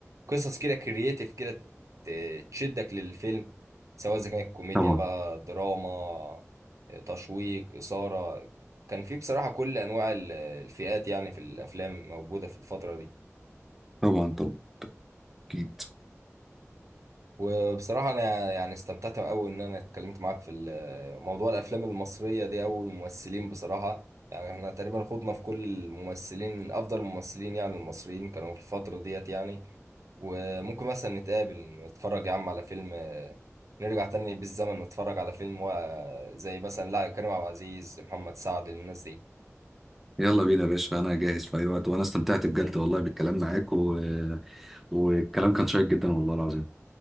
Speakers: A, on the right; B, in the centre.
A: قصص كده كرييتيف كده ت- تشدك للفيلم سواء اذا كانت كوميديا
B: طبعا
A: بقى دراما تشويق اثاره كان في بصراحه كل انواع ال- الفئات يعني في الافلام موجوده في الفتره دي
B: طبعا طبعا اكيد
A: وبصراحة أنا يعني استمتعت أوي إن أنا اتكلمت معاك في ال- موضوع الأفلام المصرية دي أو الممثلين بصراحة يعني إحنا تقريبا خضنا في كل الممثلين أفضل الممثلين يعني المصريين كانوا في الفترة ديت يعني وممكن مثلا نتقابل نتفرج يا عم على فيلم آه، نرجع تاني بالزمن نتفرج على فيلم و- زي مثلا لا كريم عبد العزيز محمد سعد الناس دي
B: يلا بينا يا باشا انا جاهز في اي وقت وانا استمتعت بجد والله بالكلام معاك و... والكلام كان شيق جدا والله العظيم